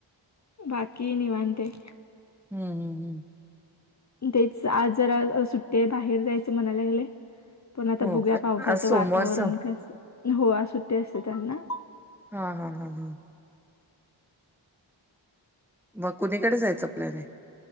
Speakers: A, on the left; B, in the centre.
A: बाकी निवांततय....
B: हम्म हम् हम्.....
A: तेच आज जरा सुट्टी बाहेर जायचं म्हणायला लागले.... पण आता
B: हो
A: बुघूया
B: का
A: पावसाचं
B: आज सोमवारच
A: वातावरण
B: हा
A: कस हो सुट्टी आज असते त्यांना....
B: हा हा हा हा..... मग कुणीकडे जायचं प्लॅन आहे.